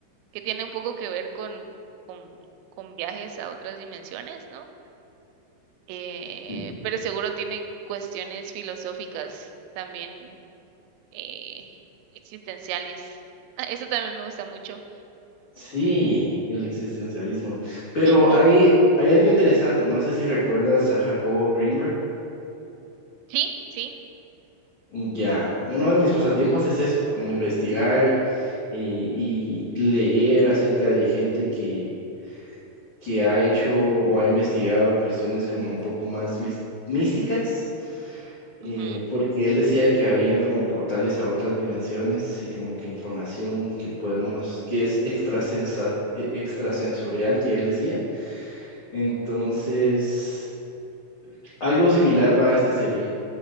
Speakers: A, on the right (about 85°); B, on the left (about 90°).
A: que tiene un poco que ver con, con, con viajes a otras dimensiones, ¿no? Eh,
B: sí,
A: pero seguro tiene cuestiones filosóficas también eh, existenciales. Ah, Eso también me gusta mucho.
B: sí, el existencialismo. Pero
A: Ujú.
B: hay, hay algo interesante, no sé si recuerdas a Jacobo Greenberg.
A: Sí, sí.
B: Ya, uno de mis pasatiempos es eso, como investigar y, y- y leer acerca de gente que, que ha hecho o ha investigado cuestiones como un poco más mis- místicas
A: Ujú,
B: eh, porque él decía que habían como portales a otras dimensiones y como que información que podemos, que es extrasensa- e- extrasensorial, que él decía. Entonces,
A: ujú.
B: algo similar va a esta serie.